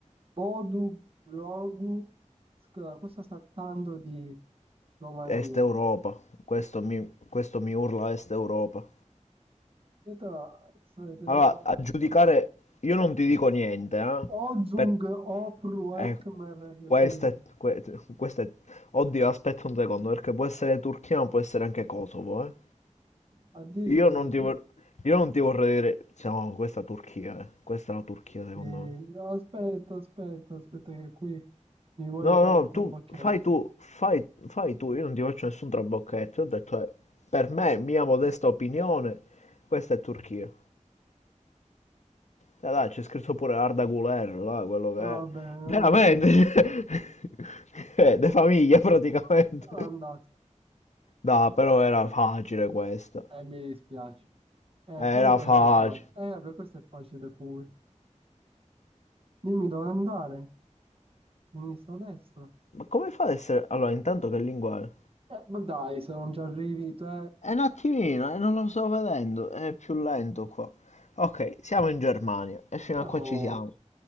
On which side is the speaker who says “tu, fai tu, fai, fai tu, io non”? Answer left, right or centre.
Left